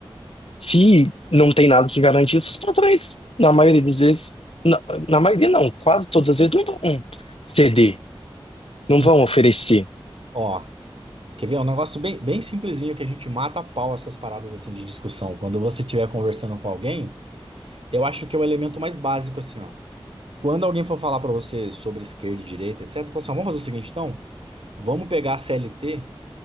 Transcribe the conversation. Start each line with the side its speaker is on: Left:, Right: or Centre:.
Left: Se não tem nada que garante isso, os patrões, na maioria das vezes, na, na maioria não, quase todas as vezes, não vão ceder, não
Right: Então,
Left: vão oferecer.
Right: ó, quer ver? É um negócio bem, bem simplesinho que a gente mata a pau essas paradas assim de discussão. Quando você estiver conversando com alguém, eu acho que é o elemento mais básico assim, ó. Quando alguém for falar pra você sobre esquerda e direita, etc, fala assim, ó, vamos fazer o seguinte então, vamos pegar a CLT